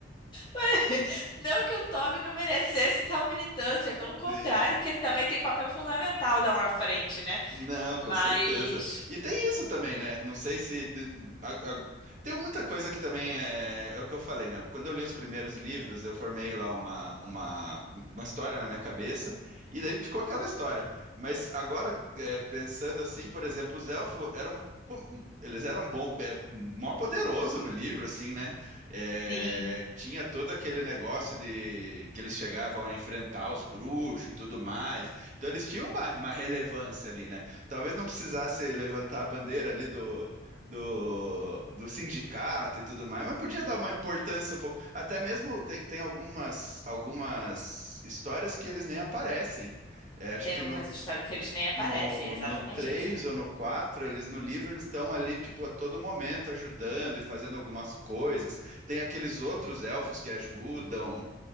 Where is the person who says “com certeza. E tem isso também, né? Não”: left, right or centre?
Right